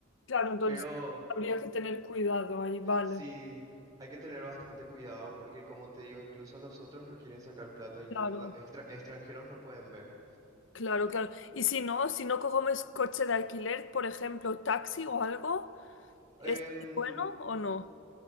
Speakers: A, on the left; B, on the right.
A: Claro, entonces
B: pero
A: habría que tener cuidado ahí, vale.
B: sí, hay que tener bastante cuidado porque como te digo, incluso a nosotros nos quieren sacar plata y
A: Claro.
B: no, no- extra- extranjeros no pueden ver.
A: Claro, claro. Y si no, si no cogemos coche de alquiler, por ejemplo, taxi o algo,
B: Em,
A: ¿es bueno o no?